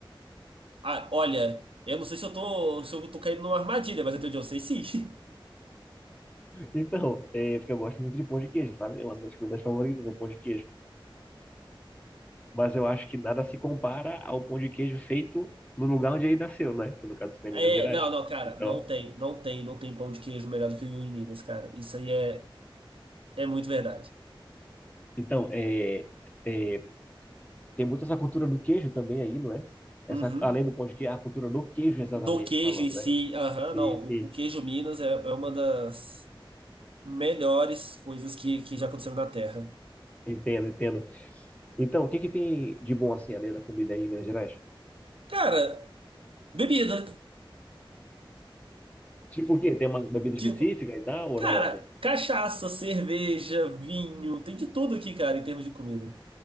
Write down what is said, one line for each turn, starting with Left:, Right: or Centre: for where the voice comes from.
Right: Ah, olha, eu não sei se eu tô, se eu tô caindo numa armadilha, mas até onde eu sei, sim. <laughs>
Left: Então, é porque eu gosto muito de pão de queijo, sabe? É uma das comidas favoritas é pão de queijo. mas eu acho que nada se compara ao pão de queijo feito no lugar onde ele nasceu, né? Que no caso seria
Right: É,
Left: Minas Gerais.
Right: não, não, cara,
Left: Então,
Right: não tem, não tem, não tem pão de queijo melhor do que o em Minas, cara. Isso aí é, é muito verdade.
Left: então é, é, tem muito essa cultura do queijo também aí, não é? Essa,
Right: Uhum.
Left: além do pão de queijo, a cultura do queijo, exatamente
Right: Do queijo
Left: falando,
Right: em si,
Left: né?
Right: aham,
Left: Sim,
Right: não,
Left: sim,
Right: o, o queijo Minas é, é uma das melhores coisas que, que já aconteceram na Terra.
Left: entendo, entendo. Então, o que que tem de bom assim, além da comida aí em Minas Gerais?
Right: Cara, bebida,
Left: Tipo o quê? Tem uma bebida
Right: tipo,
Left: específica e tal, ou
Right: cara,
Left: não? Assim?
Right: cachaça, cerveja, vinho, tem de tudo aqui, cara, em termos de comida.